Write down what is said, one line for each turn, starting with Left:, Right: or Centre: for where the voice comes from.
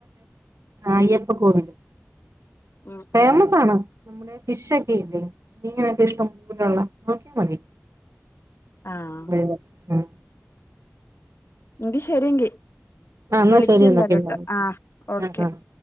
Right: അയ്യപ്പ കോവില്
Left: ഉം
Right: ഫേയ്മസ്
Left: ഉം
Right: ആണ് നമ്മുടെ ഫിഷൊക്കെ ഇല്ലേ മീനൊക്കെ ഇഷ്ടം പോലുള്ള നോക്കിയാൽ മതി
Left: ആഹ്
Right: അ ആ
Left: എങ്കി ശരിയങ്കി
Right: എന്നാ
Left: വിളിക്ക
Right: ശരി
Left: എന്തായാലുംട്ടോ
Right: എന്നാ പിന്നെ വിളിക്കാം
Left: ആ ഓക്കെ
Right: ആഹ് ആഹ്